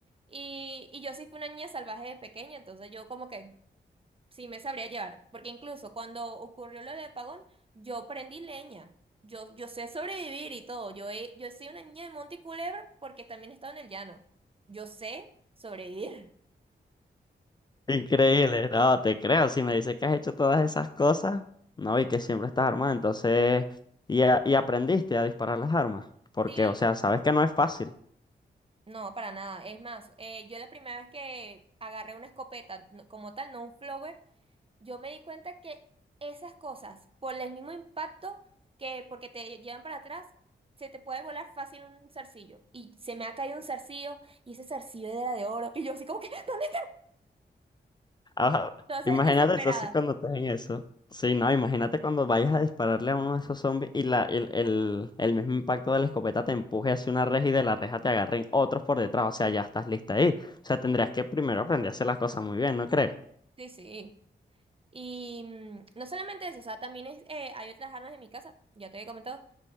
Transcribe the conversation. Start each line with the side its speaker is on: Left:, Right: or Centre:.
Right: Y, y yo sí fui una niña salvaje de pequeña, entonces yo como que sí me sabría llevar. Porque incluso cuando ocurrió lo del apagón, yo prendí leña. Yo, yo sé sobrevivir y todo. Yo, he- yo soy una niña de monte y culebra porque también he estado en el llano. Yo sé sobrevivir.
Left: Increíble, no, te creo. Si me dices que has hecho todas esas cosas, no, y que siempre estás armado, entonces, y, a- y aprendiste a disparar las armas, porque,
Right: Sí.
Left: o sea, sabes que no es fácil.
Right: No, para nada. Es más, eh, yo la primera vez que agarré una escopeta no- como tal, no un flower, yo me di cuenta que esas cosas, por el mismo impacto que porque te llevan para atrás, se te puede volar fácil un zarcillo. Y se me ha caído un zarcillo y ese zarcillo era de oro. <laughs> Y yo así como que, <laughs> ¿dónde?
Left: Ajá.
Right: Entonces,
Left: Imagínate
Right: desesperada.
Left: entonces cuando estés en eso. Sí, no, imagínate cuando vayas a dispararle a uno de esos zombies y la, el, el, el mismo impacto de la escopeta te empuje hacia una reja y de la reja te agarren otros por detrás, o sea, ya estás lista ahí. O sea, tendrías que primero aprender a hacer las cosas muy bien, ¿no crees?
Right: Sí, sí. Y mm, no solamente eso, o sea, también es, eh, hay otras armas en mi casa, ya te había comentado,